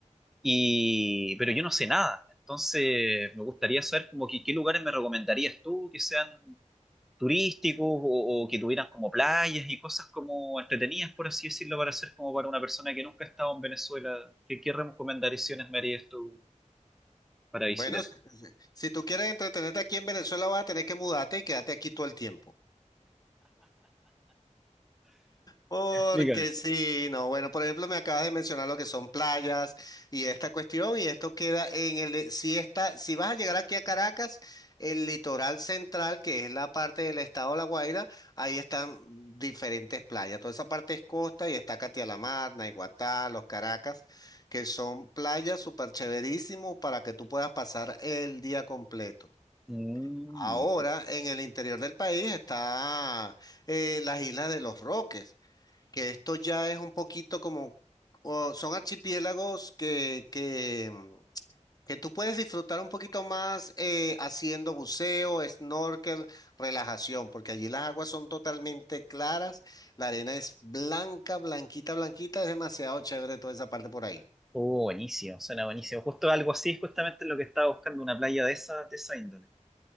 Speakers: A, in the centre; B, on the left.
A: Y, pero yo no sé nada, entonces me gustaría saber como que qué lugares me recomendarías tú que sean turísticos o, o que tuvieran como playas y cosas como entretenidas, por así decirlo, para hacer como para una persona que nunca ha estado en Venezuela. ¿Qué, qué recomendaciones me harías tú para
B: Bueno,
A: visitar?
B: si, si- si tú quieres entretenerte aquí en Venezuela, vas a tener que mudarte y quedarte aquí todo el tiempo. Porque
A: Explícame.
B: sí, no, bueno, por ejemplo, me acabas de mencionar lo que son playas y esta cuestión, y esto queda en el, de- si está, si vas a llegar aquí a Caracas, el litoral central, que es la parte del estado de La Guaira, ahí están diferentes playas. Toda esa parte es costa y está Catia la Mar, Naiguatá, Los Caracas, que son playas súper chéverísimo para que tú puedas pasar el día completo.
A: Mm,
B: Ahora, en el interior del país está eh, las Islas de los Roques que esto ya es un poquito como, o son archipiélagos que, que, mm, que tú puedes disfrutar un poquito más eh, haciendo buceo, snorkel, relajación, porque allí las aguas son totalmente claras, la arena es blanca, blanquita, blanquita, es demasiado chévere toda esa parte por ahí.
A: oh, buenísimo, suena buenísimo. Justo algo así es justamente lo que estaba buscando, una playa de esa, de esa índole.